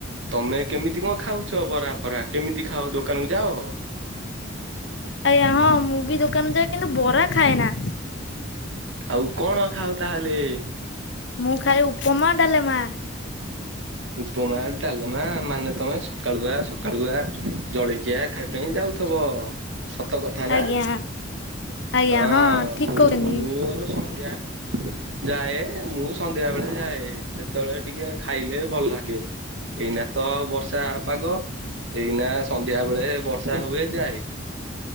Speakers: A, on the right (about 75°); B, on the left (about 65°).
A: ତମେ କେମିତି କଣ ଖାଉଚ? ବରା ଫରା କେମିତି ଖାଅ ଦୋକା ଦୋକାନକୁ ଯାଅ?
B: ଆଜ୍ଞା ହଁ। ମୁଁ ବି ଦୋକାନକୁ ଯାଏ କିନ୍ତୁ ବରା ଖାଏନା।
A: ଆଉ କଣ ଖାଅ ତାହେଲେ?
B: ମୁଁ ଖାଏ ଉପମା, ଡାଲେମା।
A: ଉପମା ଡାଲେମା ମାନେ ତମେ ସକାଳୁଆ ସକାଳୁଆ ଜଳଖିଆ ଖାଇବା ପାଇଁ ଯାଉଥିବ। ସତକଥା ନା।
B: ଆଜ୍ଞା ଆଜ୍ଞା
A: ହଁ
B: ଠିକ
A: ମୁଁ
B: କହୁଛନ୍ତି।
A: ମୋର ସନ୍ଧ୍ୟା ଯାଏ ମୁଁ ସନ୍ଧ୍ୟା ବେଳେ ଯାଏ ସେତେବେଳେ ଟିକେ ଖାଇଲେ ଭଲ ଲାଗେ। ଏଇନା ତ ବର୍ଷା ପାଗ ଏଇନା ସନ୍ଧ୍ୟା ବେଳେ ବର୍ଷା ହୁଏ ଯାଏ।